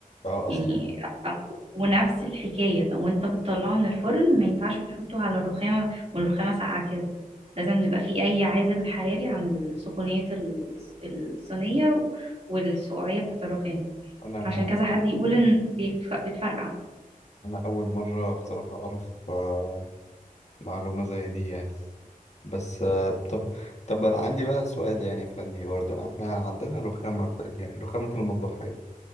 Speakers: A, on the left (about 50°); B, on the right (about 45°).
A: اه
B: يعني
A: اصلا
B: ونفس الحكاية لو انت بتطلعه من الفرن ما ينفعش تحطه على الرخامة والرخامة ساقعة كده لازم يبقى فيه أي عازل حراري عن سخونية ال- الصينية والسقوعية بتاعة الرخام
A: انا
B: عشان كذا حد يقول إن بيتف- بتفرقع
A: انا اول مره بصراحه اعرف آه، معلومه زي دي يعني بس آه، طب طب انا عندي بقى سؤال يعني فني برضو احنا عندنا رخامه في يعني رخامه المطبخ عادي